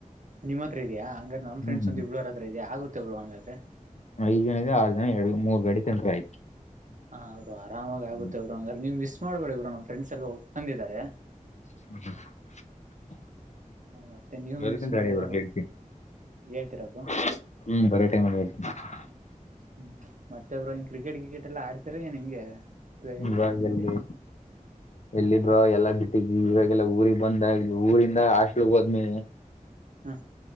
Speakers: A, on the right; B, on the left.
A: ನಿಮ್ಮ ಹತ್ರ ಇದೆಯಾ ಹಂಗ್ರ ನ ಫ್ರೆಡ್ಸ್
B: ಹ್ಞೂ
A: ಒಂದ್ ಇಬ್ಬಳೋರ ಹತ್ರ ಇದೆಯ ಆಗುತ್ತೆ ಒಬ್ರು ಹಂಗಾದ್ರೆ
B: ಐದು ಜನದ ಆರು ಜನ ಎರಡು ಮೂರ್ ಗಡಿ ತಂದ್ರ ಆಯ್ತು
A: ಹಾ ಅವರು ಆರಾಮಾಗಿ ಆಗುತ್ತೆ
B: ಹ್ಞೂ
A: ಇಬ್ರು ಹಂಗ್ರ ನೀವ್ ಮಿಸ್ ಮಾಡ್ಬೇಡ ಇಬ್ರು ನಮ್ಮ ಫ್ರಂಡ್ಸ್ ಎಲ್ಲಾ ಒಪ್ಕೊಂಡಿದ್ದಾರೆ
B: <inaudible> <unintelligible>
A: ಮತ್ತೆ ನೀವು ಮಿಸ್ ಮಾಡಿದ್ರೆ ಮತ್ ಹೇಳ್ತೀರಾ
B: <unintelligible>
A: ಬ್ರೋ ಹ್ಮ್ ಮತ್ತೊಬ್ರು ಹಿಂಗ ಕ್ರಿಕೆಟ್ ಕ್ರಿಕೆಟ್ ಎಲ್ಲಾ ಆಡ್ತರ ಏನ್ ಹಿಂಗೆ ಪ್ಲೇಲಿ
B: ಹ ಎಲ್ಲಿ ಎಲ್ಲಿಬ್ರ ಎಲ್ಲಾ ಬಿಟ್ಟ ಇವಾಗಲ್ಲ ಊರಿಗೆ ಬಂದಾಗ ಊರಿಂದ ಹಸ್ಲು ಹೋದ್ಮಿ
A: ಹ್ಮ